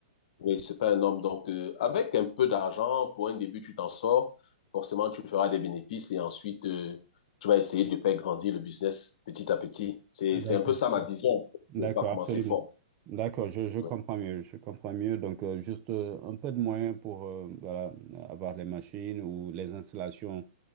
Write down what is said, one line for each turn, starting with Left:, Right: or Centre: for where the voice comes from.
Left: oui, c'est pas un homme. Donc, euh, avec un peu d'argent, pour un début, tu t'en sors. Forcément, tu feras des bénéfices et ensuite, euh, tu vas essayer de faire grandir le business petit à petit. C'est,
Right: d'accord.
Left: c'est un peu ça ma vision.
Right: D'accord,
Left: Je ne vais pas
Right: Voilà.
Left: commencer
Right: absolument.
Left: fort.
Right: D'accord, je, je comprends
Left: Ouais,
Right: mieux, je comprends mieux. Donc, euh, juste euh, un peu de moyens pour euh, voilà, avoir les machines ou les installations,